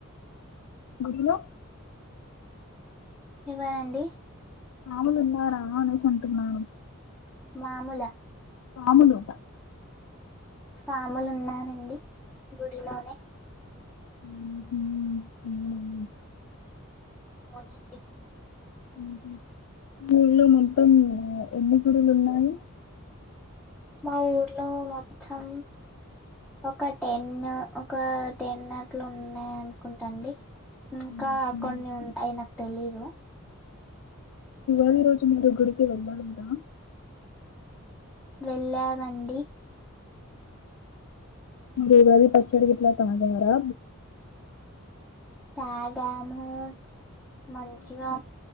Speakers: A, on the left; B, in the centre.
A: గుడిలో
B: ఎవరండి
A: స్వాములున్నారా అనేసి అంటున్నాను.
B: మాముూలా
A: స్వాములు
B: స్వాములున్నారండి గుడిలోనే
A: <unintelligible>
B: అవునండి
A: ఊహూ ఊళ్ళో మొత్తం ఎన్ని గుడులు ఉన్నాయి
B: మా ఊర్లో మొత్తం ఒక టెన్ ఒక టెన్ అట్లున్నాయి అనుకుంటాండి ఇంకా
A: హుహు.
B: కొన్ని ఉంటాయి నాకు తెలీదు
A: ఈ రోజు మీరు గుడికి వెళ్ళలేదా
B: వెళ్ళామండి
A: మీరు ఉగాది పచ్చడి గిట్లా తాగారా
B: తాగాము మంచిగా